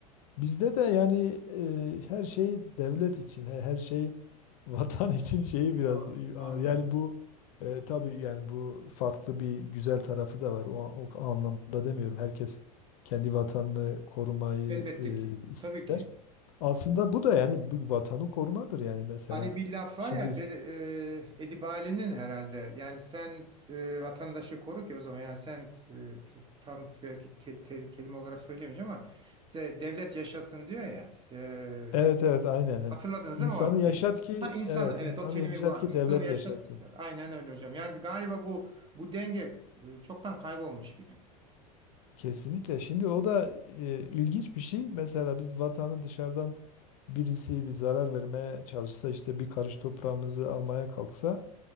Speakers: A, on the left (about 65°); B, on the right (about 25°).
A: Bizde de yani e, her şey devlet için, he- her şey vatan <laughs> için şeyi biraz
B: Doğru. Anladım.
A: ağır. Yani bu e, tabii yani bu farklı bir güzel tarafı da var. O, o anlamda demiyorum. Herkes kendi vatanını korumayı
B: Elbette
A: e,
B: ki.
A: ister.
B: Tabii ki.
A: Aslında bu da yani bu vatanı korumadır yani mesela.
B: Hani bir laf var
A: Şimdi
B: ya de, e, Edip Ali'nin herhalde yani sen e, vatandaşı koru ki o zaman yani sen e, t- tam belki ke- te- kelime olarak söyleyemeyeceğim ama se- devlet yaşasın diyor ya se-
A: evet evet aynen he.
B: hatırladınız
A: İnsanı
B: değil mi o
A: yaşat
B: şeyi?
A: ki
B: Ha insanı
A: evet
B: evet
A: insanı
B: o kelimeyi
A: yaşat
B: bulan
A: ki
B: insanı
A: devlet
B: yaşat
A: yaşasın.
B: aynen öyle hocam yani galiba bu bu denge e, çoktan kaybolmuş gibi.
A: Kesinlikle. Şimdi o da e, ilginç bir şey. Mesela biz vatanı dışarıdan birisi bir zarar vermeye çalışsa işte bir karış toprağımızı almaya kalksa